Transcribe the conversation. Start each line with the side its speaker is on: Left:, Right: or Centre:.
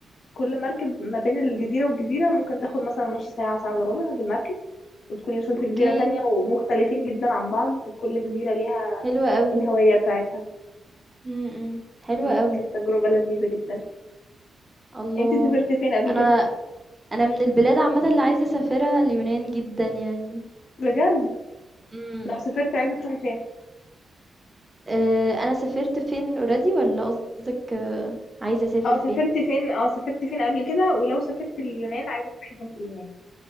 Left: كل مركب ما بين الجزيرة والجزيرة ممكن تاخد مثلا نص ساعة ساعة الا ربع بالمركب وتكوني وصلت
Right: اوكي
Left: جزيرة تانية ومختلفين جدا عن بعض وكل جزيرة ليها
Right: حلوة قوي
Left: الهوية بتاعتها
Right: امم حلوة
Left: مم،
Right: قوي
Left: كانت تجربة لذيذة جدا
Right: الله
Left: انتي سافرتي فين قبل
Right: انا
Left: كده
Right: أنا من البلاد عامةً اللي عايزة أسافرها اليونان جدًا يعني.
Left: بجد
Right: إمم.
Left: لو سافرتي عايزة تروحي فين
Right: آآ أنا سافرت فين already والّا قصدِك آه، عايزة أسافر
Left: اه سافرتي
Right: فين؟
Left: فين اه سافرتي فين قبل كده ولو سافرتي اليونان عايزة تروحي فين في اليونان